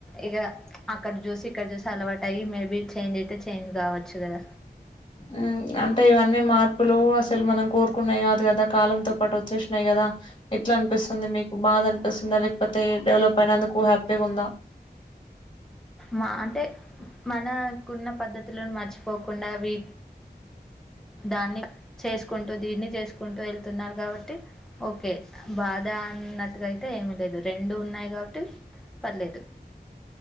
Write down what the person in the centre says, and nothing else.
ఇగ అక్కడ చూసి ఇక్కడ చూసి అలవాటు అయ్యి మేబీ చేంజ్ అయితే చేంజ్ కావచ్చు గద
మా అంటే మనకున్న పద్ధతులను మర్చిపోకుండ వీ దాన్ని చేసుకుంటూ దీన్ని చేసుకుంతు వెళ్తున్నారు కాబట్టి ఓకే <unintelligible> దాన్నట్టుగా అయితే ఏమి లేదు రెండు ఉన్నాయి కాబట్టి పర్లేదు